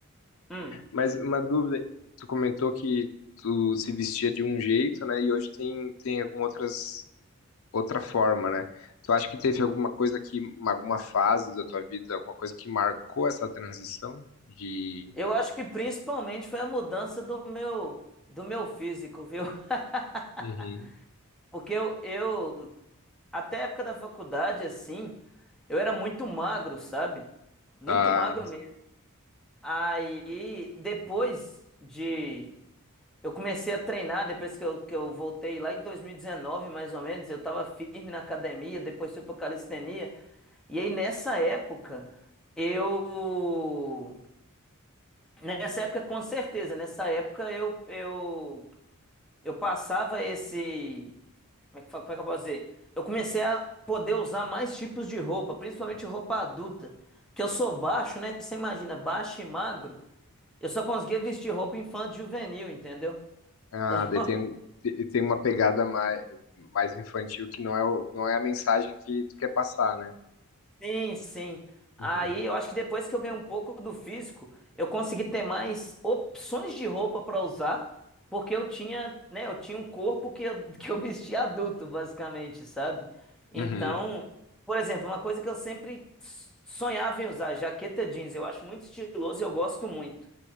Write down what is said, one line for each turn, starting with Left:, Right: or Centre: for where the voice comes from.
Centre: Hum.
Left: mas uma dúvida, tu comentou que tu se vestia de um jeito, né? E hoje tem tem algumas outras outra forma, né? Tu acha que teve alguma coisa que, alguma fase da tua vida, alguma coisa que marcou essa transição de
Centre: Eu acho que principalmente foi a mudança do meu, do meu físico, viu? <laughs>
Left: Uhum.
Centre: Porque eu, eu, até a época da faculdade, assim, eu era muito magro, sabe? Muito
Left: da,
Centre: magro mesmo. Aí, depois de. Eu comecei a treinar, depois que eu, que eu voltei lá em 2019, mais ou menos, eu tava firme na academia, depois fui pra calistenia. E aí, nessa época, eu. Nessa época, com certeza, nessa época eu, eu eu passava esse. Como é que, fa- como é que eu posso dizer? Eu comecei a poder usar mais tipos de roupa, principalmente roupa adulta. Porque eu sou baixo, né? Você imagina, baixo e magro. Eu só conseguia vestir roupa infanto-juvenil, entendeu?
Left: ah,
Centre: Então,
Left: daí tem, e tem uma pegada mais, mais infantil que não é, o- não é a mensagem que tu quer passar, né?
Centre: Sim, sim. Aí
Left: Uhum.
Centre: eu acho que depois que eu ganhei um pouco do físico, eu consegui ter mais opções de roupa para usar, porque eu tinha, né, eu tinha um corpo que eu, <laughs> que eu vestia adulto, basicamente, sabe? Então,
Left: Uhum.
Centre: por exemplo, uma coisa que eu sempre sonhava em usar, jaqueta jeans, eu acho muito estiloso e eu gosto muito.